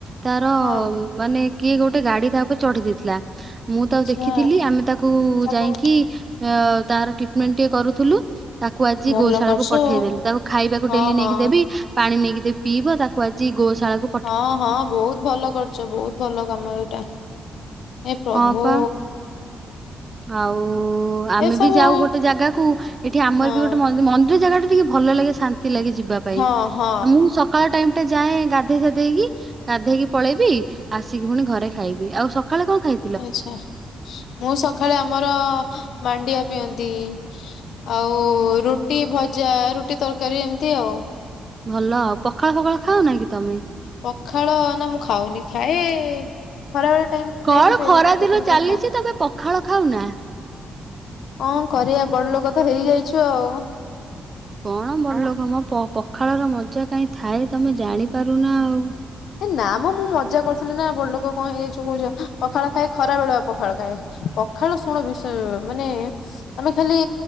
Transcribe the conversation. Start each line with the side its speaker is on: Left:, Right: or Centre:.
Right: ତାର
Left: ହଁ
Right: ମାନେ କିଏ ଗୋଟେ ଗାଡି ତା ଉପରେ ଚଢେଇ ଦେଇଥିଲା। ମୁଁ ତାକୁ
Left: ଆଚ୍ଛା
Right: ଦେଖିଥିଲି ଆମେ ତାକୁ
Left: ତାକୁ
Right: ଯାଇକି ଆ ତାର ଟ୍ରିଟମେଣ୍ଟ ଟିକେ କରୁଥିଲୁ ତାକୁ ଆଜି
Left: ଭଲ
Right: ଗୋଶାଳାକୁ
Left: କରୁଛୁ
Right: ପଠେଇଦେଲୁ ତାକୁ ଖାଇବାକୁ
Left: ହଁ
Right: ଡେଲି ନେଇକି
Left: ହଁ
Right: ଦେବି ପାଣି ନେଇକି ଦେବି ପିଇବ ତାକୁ ଆଜି ଗୋଶାଳା କୁ
Left: ହଁ ହଁ ବହୁତ ଭଲ କରିଚ ବହୁତ ଭଲ କାମ ଏଇଟା ଏ ପ୍ରଭୁ
Right: ହଁ ପା ଆଉ ଆମେ
Left: ଏସବୁ
Right: ବି ଯାଉ ଗୋଟେ ଜାଗାକୁ ଏଠି ଆମର
Left: ହଁ
Right: ବି ଗୋଟେ ମନ୍ଦି ମନ୍ଦିର ଜାଗାଟା ଟିକେ ଭଲ ଲାଗେ ଶାନ୍ତି ଲାଗେ ଯିବା ପାଇଁ
Left: ହଁ ହଁ
Right: ମୁଁ ସକାଳ ଟାଇମ ଟା ଯାଏ ଗାଧେଇ ସାଧେଇକି। ଗାଧେଇକି ପଳେଇବି ଆସିକି ପୁଣି ଘରେ ଖାଇବି ଆଉ ସଖାଳେ କଣ ଖାଇ
Left: ଆଚ୍ଛା ମୁଁ ସଖାଳେ ଆମର ମାଣ୍ଡିଆ ପିଅନ୍ତି। ଆଉ ରୁଟି ଭଜା, ରୁଟି ତରକାରୀ ଏମତି ଆଉ।
Right: ଭଲ ଆଉ ପଖାଳ ଫଖାଳ ଖାଅ ନା କି ତମେ?
Left: ପଖାଳ ନା ମୁଁ ଖାଉନି ଖାଏ ଖରା ବେଳେ ଟାଇମ
Right: କଣ
Left: ଖାଏ କିନ୍ତୁ
Right: ଖରା
Left: ଏବେ କଣ
Right: ଦିନ
Left: କର
Right: ଚାଲିଛି
Left: ଖାଅ <inaudible>
Right: ତମେ ପଖାଳ ଖାଉନା
Left: କଣ କରିଆ ବଡ ଲୋକ ତ ହେଇଯାଇଛୁ ଆଉ।
Right: କଣ ବଡ ଲୋକ ମ ପ-ପଖାଳର ମଜା କାଇଁ ଥାଏ ତମେ ଜାଣିପାରୁନା ଆଉ।
Left: ହେ ନା ମ ମୁଁ ମଜା କରୁଥିଲି ନା ବଡ ଲୋକ କଣ ହେଇଯାଇଚୁ କହୁଚ ଏଁ ପଖାଳ ଖାଏ ଖରା ବେଳୁଆ ପଖାଳ ଖାଏ। ପଖାଳ ଶୁଣ ବିଷୟ ମାନେ ତମେ ଖାଲି